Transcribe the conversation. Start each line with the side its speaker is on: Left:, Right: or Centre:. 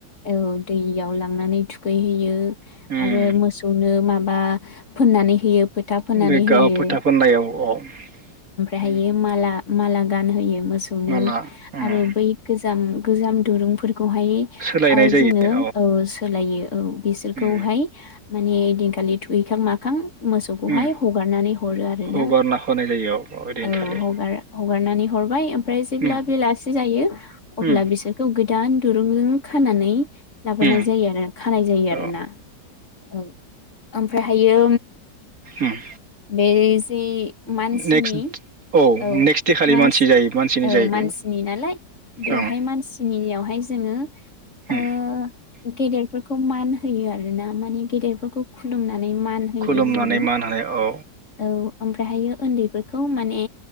Left: औ दैयाव लांनानै थुख थुखैहैयो।
Right: उम
Left: आरो मोसौनो माब बा फोननानै होयो। फोथा फोननानै
Right: बे
Left: होयो
Right: गाब फोथा फोननाय औ
Left: थायो
Right: अ।
Left: माला माला गानहोयो। मोसौनो
Right: माला उम
Left: आरो बै गोजाम गोजाम दुरुंफोर खौहाय
Right: सोलायनाय
Left: आय
Right: जायो
Left: जोङो औ सोलायो औ बिसोरखौहाय
Right: उम
Left: माने दिनखालि थुहैखां माखां मोसौखौहाय
Right: उम
Left: हगारनानै हरो आर
Right: हगारना
Left: ना?
Right: होनाय जायो ओइदिनखालि
Left: औ हगार हगारनानै हरबाय ओमफ्राय जेब्ला
Right: उम
Left: बेलासि जायो
Right: उम
Left: अब्ला बिसोरखौ गोदान, दुरुंजों खानानै, लाबोनाय
Right: उम
Left: जायो आरो खानाय जायो आरोना
Right: औ
Left: औ ओमफ्राय हायो
Right: उम
Left: बे जे मानसिनि
Right: नेक्स्ट
Left: औ
Right: नेक्स्ट दे खालि
Left: मान
Right: मानसि जायो मानसिनि
Left: औ
Right: जायो
Left: मानसिनि
Right: बे
Left: नालाय बेवहाय
Right: ओं
Left: मानसिनियावहाय, जोङो
Right: उम
Left: ओ गेदेरफोर मान होयो आरोना माने गेदेरफोरखौ खुुलुमना <unintelligible> नानै मान होयो
Right: खुलुमनानै
Left: जोङो
Right: मान होनाय औ
Left: औ ओमफ्रायहायो उन्दैफोर खौ माने